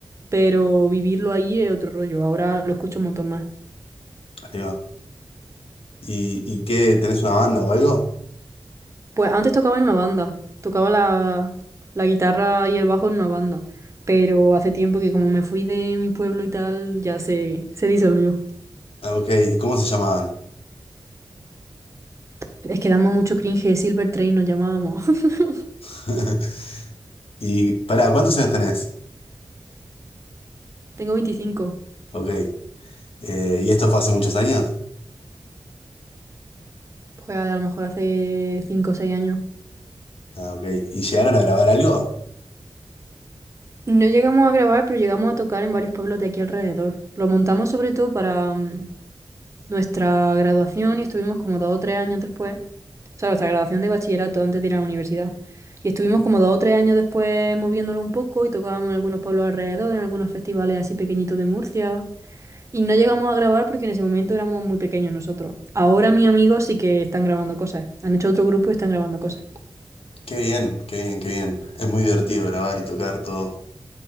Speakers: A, on the right (about 30°); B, on the left (about 80°).
A: pero vivirlo ahí es otro rollo. Ahora lo escucho un montón más.
B: Ahí va. ¿Y, y qué? ¿Tenés una banda o algo?
A: Pues antes tocaba en una banda, tocaba la, la guitarra y el bajo en una banda, pero hace tiempo que como me fui de mi pueblo y tal, ya se, se disolvió.
B: Ah, ok, ¿y cómo se llamaban?
A: Es que damos mucho cringe, Silver Train nos llamábamos. <laughs>
B: <laughs> Y pará, ¿cuántos años tenés?
A: Tengo 25,
B: Ok. Eh, ¿y esto fue hace muchos años?
A: pues a lo mejor hace 5 o 6 años.
B: Ah, ok. ¿Y llegaron a grabar algo?
A: No llegamos a grabar, pero llegamos a tocar en varios pueblos de aquí alrededor. Lo montamos sobre todo para mm, nuestra graduación y estuvimos como dos o tres años después. O sea, nuestra graduación de bachillerato antes de ir a la universidad. Y estuvimos como dos o tres años después moviéndolo un poco y tocábamos en algunos pueblos alrededor, en algunos festivales así pequeñitos de Murcia. Y no llegamos a grabar porque en ese momento éramos muy pequeños nosotros. Ahora mis amigos sí que están grabando cosas. Han hecho otro grupo y están grabando cosas.
B: Qué bien, qué bien, qué bien. Es muy divertido grabar y tocar todo.